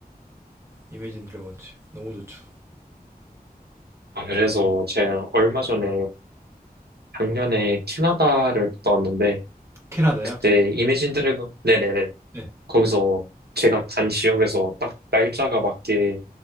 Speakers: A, on the right; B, on the right.
A: Imagine Dragons 너무 좋죠.
B: 아, 그래서 제가 얼마 전에 작년에 캐나다를 갔다 왔는데,
A: 캐나다요?
B: 그때 이매진 드래곤 네네네
A: 네.
B: 거기서 제가 간 지역에서 딱 날짜가 맞게